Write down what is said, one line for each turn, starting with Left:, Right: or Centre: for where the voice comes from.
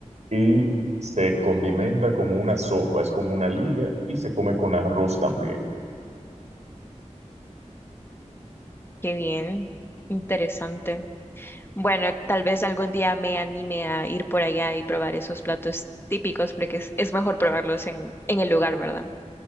Right: y se condimenta como una sopa, es como una liga y se come con arroz también,
Left: Qué bien, interesante. Bueno, tal vez algún día me anime a ir por allá y probar esos platos típicos, porque es, es mejor probarlos en, en el lugar, ¿verdad?